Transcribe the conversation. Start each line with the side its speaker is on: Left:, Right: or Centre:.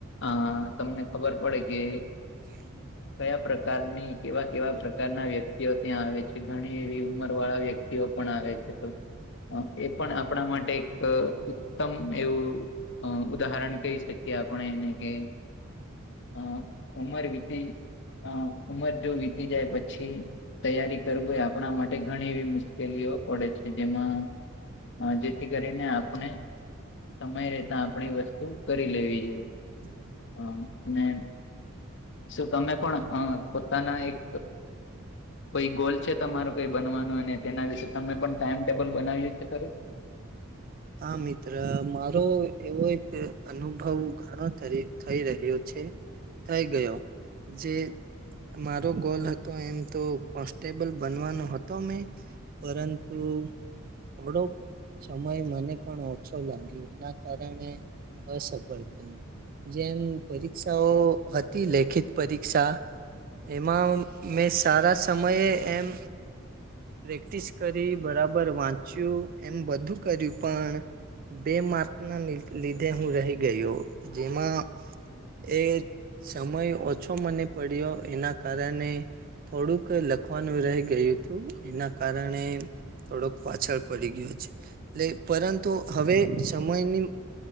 Left: અ તમને ખબર પડે કે
Right: <unintelligible>
Left: પ્રકારની કેવા કેવા પ્રકારના વ્યક્તિઓ ત્યાં આવે છે, ઘણી એવી ઉંમર વાળા વ્ય ક્તિઓ પણ આવે છે, એ પણ આપણા માટે એક ઉત્તમ એવું અ ઉદાહરણ કહી શકીએ આપણે એને કે હ ઉમર વિતી અ ઉમર જો વીતી જાય પછી તૈયારી કરવીું હોય આપણા માટે ઘણી એવી મુશ મુકેલીઓ પડે છે જેમાં જેથી કરીને આપણે સમય રેતા આપણે વસ્તુ કરી લેવી જોઈએ.
Right: <unintelligible>
Left: અ અને શું તમે પણ પોતાના એક કઈ ગોલ છે તમારું કઈ બનવાનું અને તેના વિશે તમે પણ ટાઈમટેબલ બનાવ્યું છે ખરું?
Right: હા મિત્ર મારો એવો એક અનુભવ ઘણો થઈ રહ્યો છે. થઈ ગયો જે મારો ગોલ હતો એમ તો કોન્સ્ટેબલ બનવાનો હતો મેં પરંતુ થોડોક સમય મને પણ ઓછો લાગ્યો એના કારણે અસફળ થયું. જેમ પરીક્ષાઓ હતી લેખિત પરીક્ષા એમાં મેં સારા સમયે એમ પ્રેક્ટિસ કરી બરાબર વાંચ્યું એમ બધું કર્યું. પણ બે માર્ક ના લીધે હું રહી ગયો. જેમાં એ સમય ઓછો મને પડ્યો એના કારણે થોડુંક લખવાનું રહી ગયું હતું એના કારણે થોડોક પાછળ પડી ગયો છે એટલે પરંતુ હવે સમયની